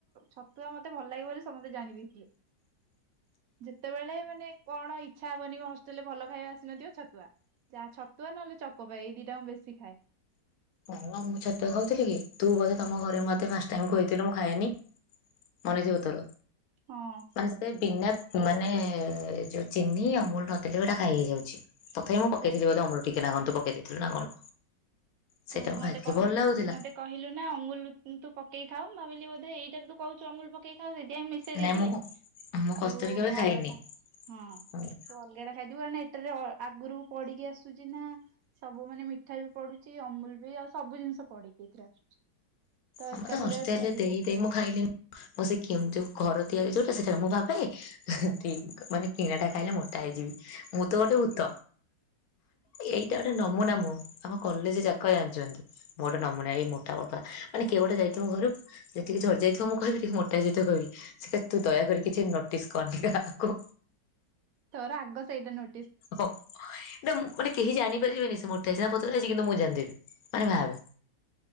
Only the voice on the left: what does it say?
ନାଇଁ ମ, ମୁଁ ଛତୁଆ ଖାଉଥିଲି କି? ତୁ ବୋଧେ ତମ ଘରେ, ମତେ ଫାଷ୍ଟ୍ ଟାଇମ୍, ଖୋଏଇ ଥିଲୁ ମୁଁ ଖାଏନି। ମନେଥିବ ତର,
ମାନେ ସେତ ବିନା ମାନେ ଏ, ଯୋଉ ଚିନି ଆମୂଲ ନଥିଲେ ଏଉଟା ଖାଇ ହେଇଯାଉଛି। ତଥାପି ମୁଁ ପକେଇଥିଲି,
ବୋଧେ ଆମୂଲ ଟିକେ। କେନା ଗ ତୁ ପକେଇ ଦେଇଥିଲୁ ନା କଣ? ସେଇଟା
ମୁଁ
ଖାଇଥିଲି
ଭଲ ଲାଗୁଥିଲା।
ନାଇଁ ମୁଁ ମୁଁ କସ୍ତୁରୀ
କେବେ
ଖାଇନି।
ଆଉ
ଆମର
ତ ହଷ୍ଟେଲରେ,
ଦେଇ ଦେଇ ମୁଁ ଖାଇଲି। ମୁ ସେଇ କେଉଁ-ଯଉ ଘର ତିଆରି ଯୋଉ ତ ସେଟାରେ ମୁଁ ଭାବେ, କି ମାନେ କିଣାଟା, ଖାଇଲେ ମୋଟା ହେଇଯିବି। ମୁଁ ତ ଗୋଟେ ଭୂତ। ଏଇଟା ଗୋଟେ ନ ନମୁନା ମୁଁ। ଆମ କଲେଜ ଯାକ ଜାଣିଛନ୍ତି। ମୁଁ ନମୁନା, ଏଇ ମୋଟା ବାପା ମାନେ କିଏ ଗୋଟେ ଯାଇଥିବ ଘରୁକୁ, ଯେତିକି ଝଡି ଯାଇଥିବ ମୁଁ କହିବି। ଯେତିକି ମୋଟା ଯାଇଥିବ କହିବି। ସେ ତୁ ଦୟାକରି କିଛି ନ ଡିସ୍କାଉଣ୍ଟିକ ଆକୁ
ହଁ, ଏଇଟା ମୁଁ ମାନେ କେହି ଜାଣି ପାରିବେନି ସେ ମୋଟା ହେଇଛି ନା ପତଳା ହେଇଛି, କିନ୍ତୁ ମୁଁ ଜାଣିଦେବି ମାନେ ଭାବେ।